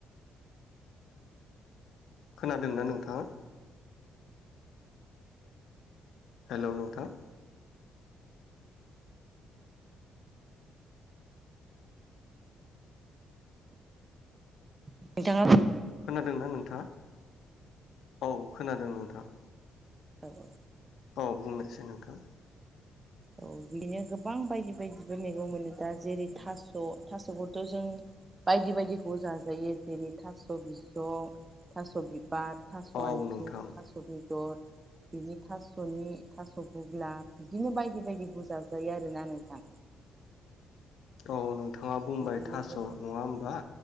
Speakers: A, on the left; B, on the right.
A: खोनादोंना नोंथाङा हेलौ नोंथां।
B: नोंथां
A: खोनादोंना नोंथाङा औ खोनादों नोंथां
B: औ औ
A: औ बुंनोसै नोंथां
B: औ बिनो गोबां बायदि बायदिबो मैगं मोनो दा जेरै थास थासखौथ जों बायदि बायदिखौ जाजायो जेरै थास बिसं थास बि बार थास
A: औ
B: आथिं
A: नोंथां
B: थास बि बेदर बिनि थासनि थास बुग्ला बिदिनो बाय बिबायदिखौ जाजायो आरोना नोंथां
A: औ नोंथाङा बुंबाय
B: बिदिनो
A: थास'
B: गोबां
A: नङा होमबा